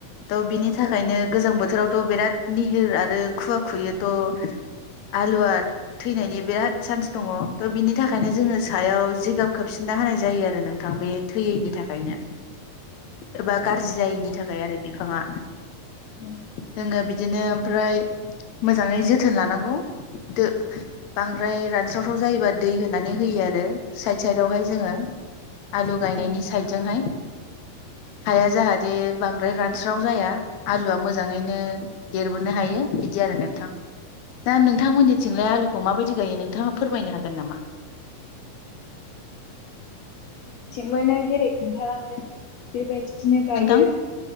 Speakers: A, on the left; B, on the left.
A: त'' बिनि थाखायनो
B: औ
A: गोजां बोथोरावथ' बिराद निहोर आरो खुवा खुयो त' आलुवा थैनायनि बिराद सान्स दङ त' बिनि थाखायनो जोङो सायाव जिगाब खोबसि नना होनाय जायो आरो नोंथां बे थैयैनि थाखायनो। एबा गाज्रि जायिनि थाखाय आरो, बिफाङा
B: औ
A: जोङो बि बिदिनो ओमफ्राय मोजाङै जोथोन लानांगौ। दो बांद्राय रानस्रावस्राव जायोबा दै होनानै होयो आरो साइद-साइद दावहाय जोङो आलु गायनायनि
B: औ
A: साइदजोंहाय हाया जाहाथे बांद्राय रानस्राव जाया आलुआ मोजाङैनो देरबोनो हायो बिदि आरो नोंथां। दा नोंथांमोननिथिंलाया आलुखौ माबायदि गायो नोंथाङा फोरमायनो हागोन नामा?
B: बिथिंबो नों जेरै खोन्थालांदों बेबायदि दिनो गायो।
A: नोंथां